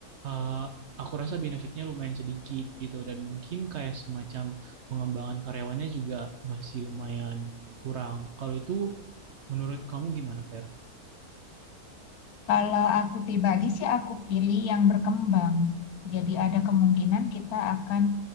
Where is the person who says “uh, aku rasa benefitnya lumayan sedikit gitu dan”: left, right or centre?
Right